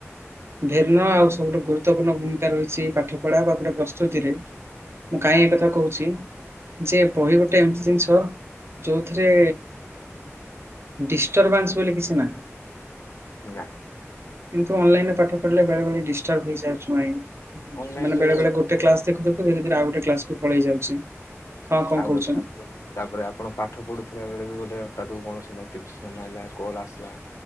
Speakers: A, on the right; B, on the left.
A: ଭିନ୍ନ ଆଉ ସବୁଠୁ ଗୁରୁ ଗୁରୁତ୍ୱପୂର୍ଣ୍ଣ ଭୂମିକା ରହିଛି ପାଠ ପଢା ବା ଗୋଟେ ପ୍ରସ୍ତୁତିରେ। ମୁଁ କାଇଁ ଏ କଥା କହୁଛି। ଯେ ବହି ଗୋଟେ ଏମିତି ଜିନିଷ ଯୋଉଥିରେ। ଡିଷ୍ଟର୍ବାନ୍ସ ବୋଲି କିଛି ନାହିଁ।
B: ନାହିଁ।
A: କିନ୍ତୁ ଅନଲାଇନ ରେ ପାଠ ପଢିଲେ ବେଳେ ବଳେ ଡିଷ୍ଟର୍ବ ହେଇ ଯାଉଛି ମାଇଣ୍ଡ
B: ଅନଲାଇନରେ
A: ମାନେ ବେଳେ ବେଳେ ଗୋ ଗୋଟେ କ୍ଲାସ ଦେଖୁ ଦେଖୁ ଧୀରେ ଧୀରେ ଆଉ ଗୋଟେ କ୍ଲାସକୁ ପଳେଇ ଯାଉଛି। ହଁ କଣ
B: ଆଉ
A: କହୁଛନ୍ତି?
B: ଗୋଡେ ଫାଷ୍ଟ ଜାଉଛି। ତାପରେ ଆପଣ ପାଠ ପଢୁଥିଲା ବେଳେ ବି ଗୋଟେ ହଠାତ୍ କୁ କୌଣସି ନୋଟିଫିକେସନ୍ ଆଲା କଲ୍ ଆସିଲା।